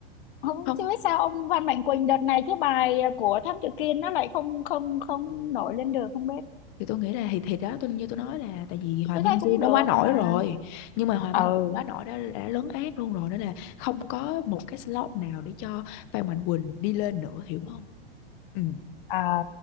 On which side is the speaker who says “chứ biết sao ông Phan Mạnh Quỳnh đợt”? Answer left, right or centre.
Left